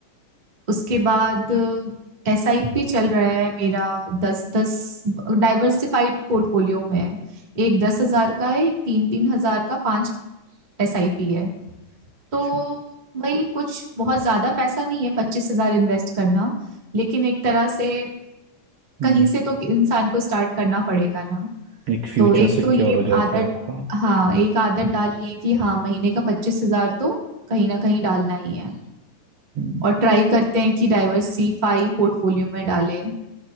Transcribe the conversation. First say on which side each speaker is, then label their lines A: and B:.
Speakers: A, on the right (about 55°); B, on the right (about 75°).
A: उसके बाद एसआईपी चल रहा है मेरा दस दस डाइवर्सिफाइड पोर्टफोलियो में है एक दस हजार का है एक तीन तीन हजार का पांच एसआईपी है तो
B: अच्छा
A: भाई कुछ बहुत ज्यादा पैसा नहीं है पच्चीस हजार इन्वेस्ट करना लेकिन एक तरह से
B: हम्म
A: कहीं से तो इंसान को स्टार्ट करना पड़ेगा ना
B: एक फ्यूचर
A: तो एक
B: सिक्योर
A: तो ये
B: हो जाता
A: आदत
B: है आपका
A: हाँ एक आदत डाल ली है कि हाँ महीने का पच्चीस हजार तो कहीं ना कहीं डालना ही है
B: हम्म,
A: और ट्राई करते हैं कि डाइवर्सिफाई पोर्टफोलियो में डालें